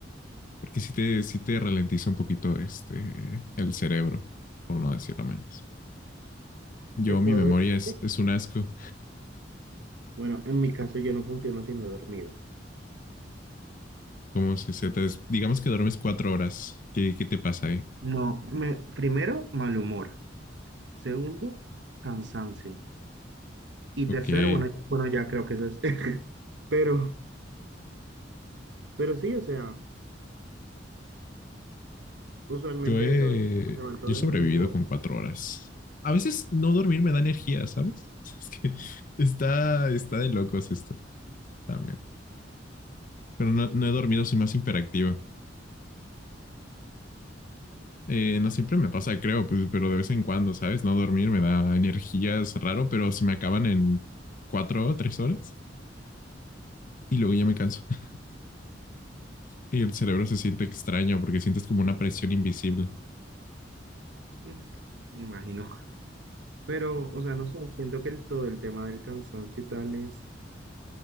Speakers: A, on the left; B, on the right.
A: porque sí te, sí te ralentiza un poquito este, el cerebro, por no decirlo menos. Yo,
B: Te puedo
A: mi memoria
B: decir
A: es,
B: que,
A: es un asco.
B: bueno, en mi caso yo no funciono sino dormido.
A: Como si se te... des- Digamos que duermes cuatro horas. ¿Qué, qué te pasa ahí?
B: No, me- primero, mal humor. Segundo, cansancio. Y
A: Ok.
B: tercero, bueno, ya- bueno, ya creo que eso es. <laughs> Pero, pero sí, o sea, usualmente
A: Yo he,
B: eso es, me levanto
A: yo
B: de
A: he sobrevivido
B: mal humor,
A: con cuatro horas. A veces no dormir me da energía, ¿sabes? <laughs> Es que está, está de locos esto también. Pero no, no he dormido, soy más hiperactivo. Eh, no siempre me pasa, creo, pues, pero de vez en cuando, ¿sabes? No dormir me da energías raro, pero se me acaban en cuatro o tres horas y luego ya me canso. <laughs> Y el cerebro se siente extraño porque sientes como una presión invisible.
B: mm, me imagino. Pero, o sea, no sé, siento que el, todo el tema del cansancio y tal es